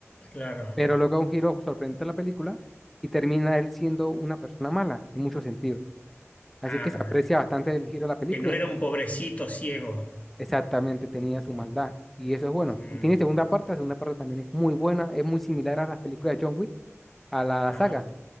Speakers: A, on the left (about 30°); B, in the centre.
A: Claro.
B: pero luego da un giro sorprendente a la película y termina él siendo una persona mala en muchos sentidos. Así
A: Ah,
B: que se aprecia bastante el giro de la película.
A: que no era un pobrecito ciego.
B: Exactamente, tenía su maldad. Y eso es bueno.
A: Mm,
B: Y tiene segunda parte, la segunda parte también es muy buena, es muy similar a las películas de John Wick, a la
A: ajá.
B: saga.